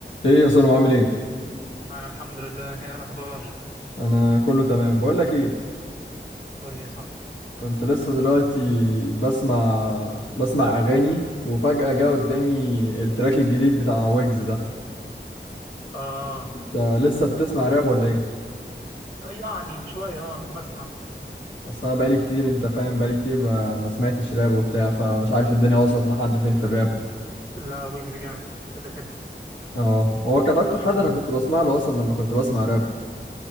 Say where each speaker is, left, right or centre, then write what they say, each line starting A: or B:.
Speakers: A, on the left; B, on the left.
A: ايه يا سلام عامل ايه
B: أنا الحمد لله هي الأخبار
A: انا كله تمام بقول لك ايه
B: قول لي يا صاحبي
A: كنت لسه دلوقتي بسمع بسمع اغاني وفجأة جه قدامي التراك الجديد بتاع ويجز ده
B: آه
A: انت لسه بتسمع راب ولا ايه
B: يعني شوية آه بسمع
A: اصل انا بقالي كتير انت فاهم بقالي كتير ما, ما سمعتش راب وبتاع فمش عارف الدنيا وصلت لحد فين في الراب
B: لا ويجز جامد كده كده
A: اه هو كان اكتر حد
B: آه
A: انا كنت بسمع له اصلا لما كنت بسمع راب